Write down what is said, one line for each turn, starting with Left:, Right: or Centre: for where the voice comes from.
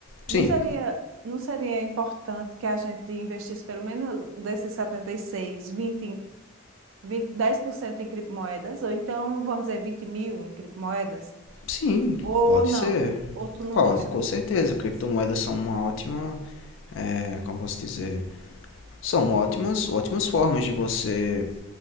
Left: Sim,
Right: Não seria, não seria importante que a gente investisse pelo menos desses 76, 20, 20, 10% em vinte, dez por cento em criptomoedas, ou então, vamos dizer, vinte mil em criptomoedas,
Left: sim,
Right: ou
Left: pode
Right: não?
Left: ser.
Right: Ou tu não
Left: Pode,
Right: gosta
Left: com
Right: de criptomoedas?
Left: certeza. Criptomoedas são uma ótima, é, como posso dizer, são ótimas, ótimas formas de você